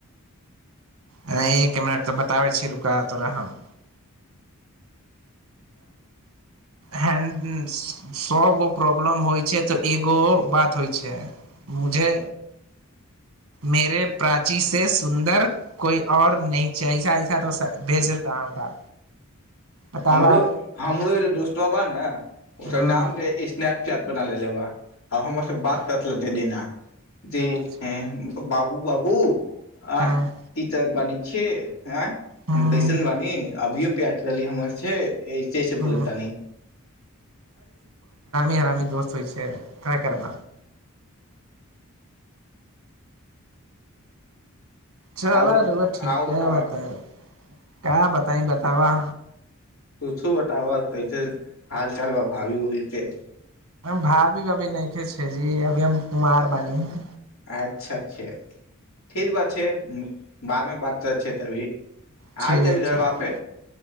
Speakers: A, on the right; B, on the left.
A: एक मिनट तऽ बताबै छी रुका तोरा हम हँ सौ गो प्रॉब्लम होइ छै तऽ एगो बात होइ छै मुझे मेेरे प्राची से सुन्दर कोइ आओर न छैऐसा ऐसा तऽ भेजता हमरा बताबा
B: हमरो हमरो दोस्तो बाबा ने ओकर
A: हँ
B: नामे स्नप चाट बनालै बा आ हमर से
A: अच्छा
B: बात करत रहते देना जे
A: अच्छा
B: बाबू बाबू अ
A: हँ
B: ती बानी छिय ए
A: हँ
B: कैसन बानी अभियो प्यारट रहली हमर सस
A: हँ
B: बोल तानी
A: यारामी दोस्त होइ छै काय करब चलर
B: आउ बता
A: ठीक
B: आउ
A: ह
B: बताब
A: बता क बताई बतावा
B: तू सु बताब तै हाल चाल ब भावी ओी छै
A: भावी भभी नहि खे छै जी अभी हम कुमार बानी है
B: अच्छा अच्छा ठर बात छै बादमे बात करै छै तभी
A: ठीक
B: आइ तभी घरबा
A: ठीक
B: पे